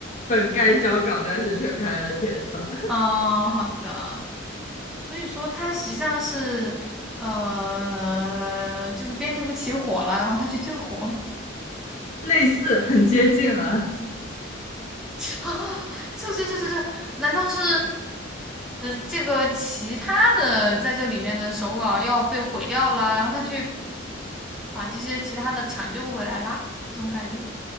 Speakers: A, on the left (about 40°); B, in the centre.
A: 本该交稿，但是却开了天窗，<laughs>
B: 哦，好的。所以说他实际上是，呃，就是编辑部起火了，然后他去救火。
A: 类似，很接近了。
B: <laughs> 啊，这这这这这，难道是这个其他的在这里面的手稿要被毁掉了，然后他去把这些其他的抢救回来啦？这种感觉，